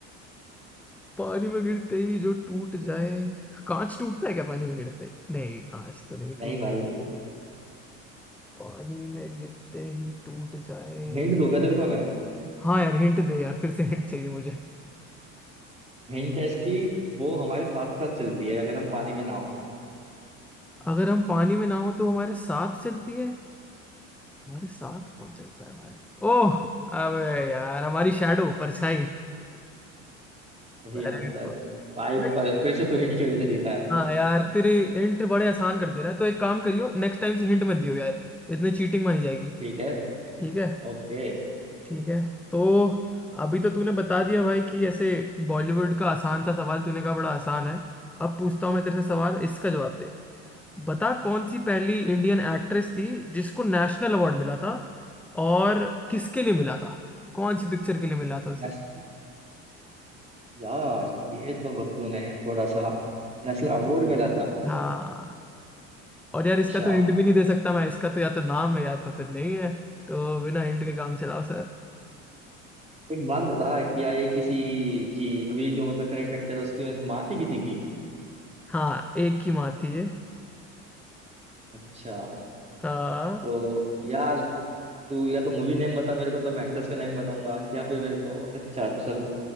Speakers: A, in the centre; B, on the right.
A: पानी में गिरते ही जो टूट जाए कांच टूटता है क्या पानी में गिरते ही? नहीं कांच तो नहीं टूटता
B: नहीं भाई
A: पानी में गिरते ही टूट जाए
B: हिंट दूंगा तेरे को मैं
A: हाँ यार हिंट दे यार फिर से हिंट चाहिए मुझे।
B: हिंट है इसकी वो हमारे साथ साथ चलती है अगर हम पानी में ना हो
A: अगर हम पानी में ना हो तो हमारे साथ चलती है हमारे साथ
B: हाँ,
A: कौन चलता है भाई ओह अबे यार हमारी शैडो परछाई
B: सही
A: अरे
B: आंसर
A: भाई,
B: भाई पर फिर से तू हिंट की वजह से जीता है
A: हाँ यार तेरे हिंट बड़े आसान कर दे रहा है तो एक काम करियो नेक्स्ट टाइम से हिंट मत दियो यार इतनी चीटिंग मानी जाएगी
B: ठीक है
A: ठीक है
B: ओके
A: ठीक है तो अभी तो तूने बता दिया भाई कि ऐसे बॉलीवुड का आसान सा सवाल तूने कहा बड़ा आसान है अब पूछता हूँ मैं तेरे से सवाल इसका जवाब दे बता कौन सी पहली इंडियन एक्ट्रेस थी जिसको नेशनल अवार्ड मिला था और किसके लिए मिला था कौन सी पिक्चर के लिए मिला था उसे
B: नेशनल यार ये तो तूने थोड़ा सा नेशनल अवार्ड मिला था
A: हाँ और यार
B: अच्छा
A: इसका तो हिंट भी नहीं दे सकता मैं इसका तो या तो नाम है या तो फिर नहीं है तो बिना हिंट के काम चलाओ सर
B: एक बात बता क्या ये किसी की अभी जो मतलब करंट एक्टर है उसकी माँ थी किसी की
A: हाँ एक ही माँ थी ये
B: अच्छा
A: हाँ
B: तो यार तू या तो मूवी नेम बता मेरे को तो मैं एक्ट्रेस का नेम बताऊंगा या फिर मेरे को अच्छा चल